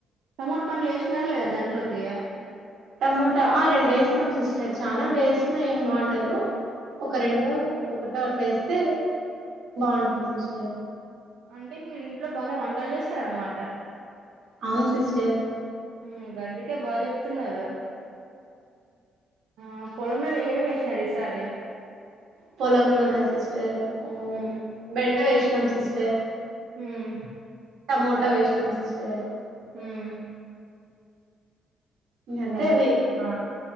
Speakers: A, on the right; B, on the right.
A: టమోట పండ్లేసినారా లేదా దాంట్లోకి
B: టమోటా ఆ రెండేస్తాం సిస్టర్ చనా వేసినా ఏం బాండదు ఒక రెండో ఒకటో అట్లా ఏస్తే బాంటుంది సిస్టర్.
A: అంటే మీరు ఇంట్లో బానే వంటలు చేస్తారనమాట
B: అవును సిస్టర్
A: మ్మ్ గందుకే బా జెప్తున్నారు ఆ పోలం లో ఏమే మేస్ సరె సారి
B: పొలంలో నా సిస్టర్ఓ
A: హ్మ్
B: బెండ వేసినాం సిస్టర్
A: హ్మ్
B: టమోటా వేసనాం సిస్టర్
A: మ్మ్
B: ఇంకంతే
A: గన్
B: అవి
A: ఆ